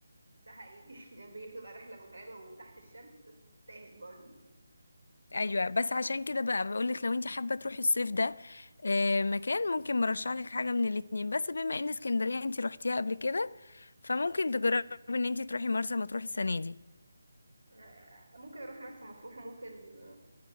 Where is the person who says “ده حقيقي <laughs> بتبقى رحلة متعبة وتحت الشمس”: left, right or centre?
Right